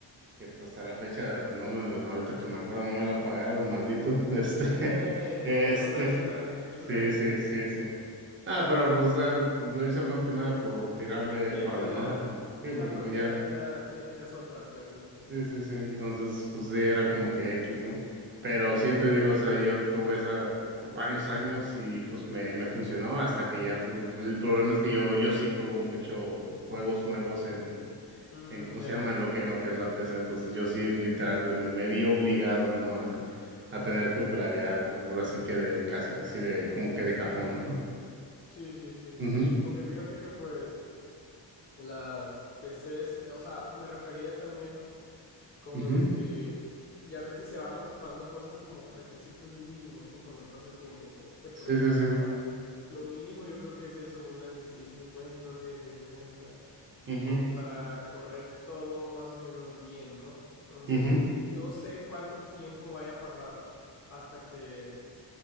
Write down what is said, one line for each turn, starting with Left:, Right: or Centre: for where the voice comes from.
Right: que pues hasta la fecha, no me, ahorita que me acuerdo, no me la ha pagado, el maldito, este,
Left: eh,
Right: <laughs> este,
Left: voy a cobrársela de
Right: sí,
Left: una.
Right: sí, sí, sí. Ah, pero pues o sea, lo hice más que nada por tirarle
Left: Sí,
Right: paro,
Left: pues
Right: ¿no?
Left: ya.
Right: Pues, sí,
Left: ya
Right: porque
Left: Aparte
Right: pues ya.
Left: ya, ya tú ya tenías otra, pues, entonces.
Right: Sí, sí, sí. Entonces, pues sí, era como que X, ¿no? Pero sí te digo, o sea, yo tuve esa por varios años y pues me, me funcionó hasta que ya, pues, el problema es que yo, yo sí juego mucho juegos nuevos en,
Left: Mm,
Right: en, ¿cómo
Left: ya.
Right: se llama? En lo que, en lo que es la PC. Entonces yo sí literalmente me, me vi obligado, ¿no? A, a tener que upgradear, ahora sí que de casi, casi de, como que de cajón,
Left: Mm,
Right: ¿no?
Left: sí, sí, sí.
Right: Ujú,
Left: Aunque fíjate que pues las PCs, eh, o sea, me refería también como
Right: ujú.
Left: de que ya ves que se van ocupando cosas como requisitos mínimos conforme pasa el tiempo, pues, que por
Right: Sí,
Left: ejemplo
Right: sí, sí.
Left: ahora lo mínimo yo creo que es eso, una dieciséis cincuenta, una dieciséis sesenta.
Right: Ujú,
Left: como para correr todo más o menos bien, ¿no? Entonces,
Right: ujú,
Left: no sé cuánto tiempo vaya a pasar hasta que